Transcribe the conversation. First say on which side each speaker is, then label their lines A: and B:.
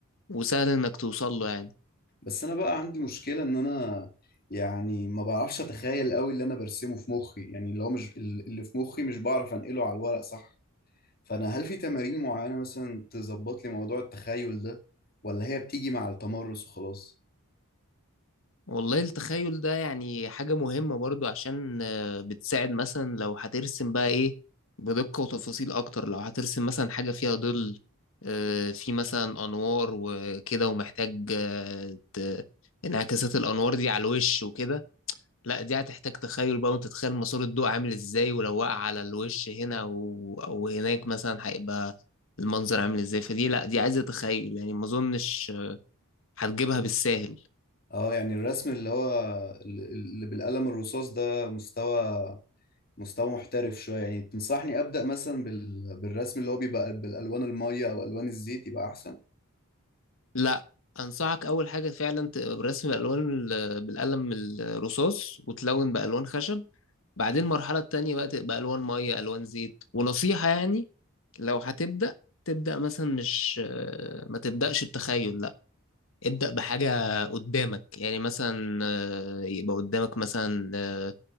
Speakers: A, on the left; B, on the left.
A: وسهل انك توصل له يعني
B: بس انا بقى عندي مشكلة ان انا يعني ما بعرفش اتخيل قوي اللي انا برسمه في مخي يعني اللي هو مش اللي في مخي مش بعرف انقله على الورق صح فانا هل في تمارين معينة مثلا تظبط لي موضوع التخيل ده ولا هي بتيجي مع التمرس وخلاص
A: والله التخيل ده يعني حاجة مهمة برضو عشان آه، بتساعد مثلا لو هترسم بقى ايه بدقة وتفاصيل اكتر لو هترسم مثلا حاجة فيها ظل آه، في مثلا انوار وكده ومحتاج آه، ت- انعكاسات الانوار دي على الوش وكده لا دي هتحتاج تخيل بقى وانت تتخيل مسار الضوء عامل ازاي ولو وقع على الوش هنا او او هناك مثلا هيبقى المنظر عامل ازاي فدي لا دي عايزة تخيل يعني ما اظنش آه، هتجيبها بالساهل
B: اه يعني الرسم اللي هو اللي بالقلم الرصاص ده مستوى مستوى محترف شوية يعني تنصحني ابدأ مثلا بال... بالرسم اللي هو بيبقى بالالوان المية او الوان الزيت يبقى احسن
A: لا انصحك اول حاجه فعلا ت- برسم الالوان ال- بالقلم الرصاص وتلون بالوان خشب بعدين المرحله التانية بقى تبقى الوان ميه الوان زيت ونصيحه يعني لو هتبدا تبدا مثلا مش ما تبداش بتخيل لا ابدا بحاجه قدامك يعني مثلا آه، يبقى قدامك مثلا آه،